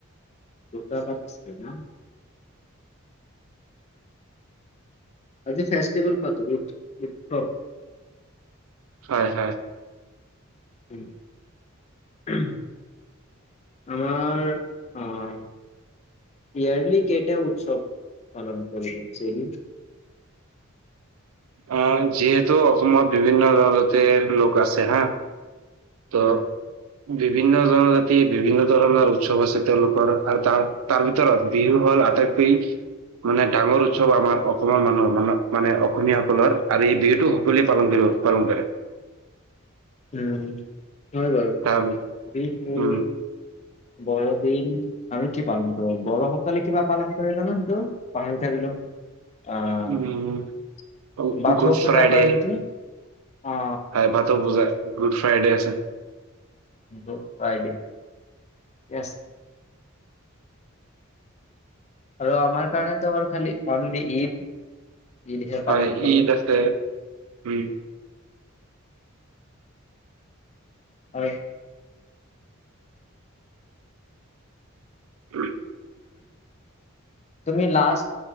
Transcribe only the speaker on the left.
দুটা পাতিছিলো ন? আজি ফেষ্টিভেল পাত উ উৎসৱ
উম। <unintelligible> আমাৰ অ ইয়াৰ্লি কেইটা উৎসৱ পালন কৰি <unintelligible> চ
উ
উম হয় বাৰু
বিহু।
বৰদিন আৰু কি পালন কৰে? বড়ো সকলে কিবা পালন কৰে জানো সেইটো পাহৰি থাকিলো? আহ
বাথৌ
পূজা
পাই নেকি? অ
উ গাই <unintelligible> আৰু আমাৰ কাৰণেেতো বাৰ খালি অনলি ঈদ ঈদহে
পালন কৰো
হয়।
তুমি লাজ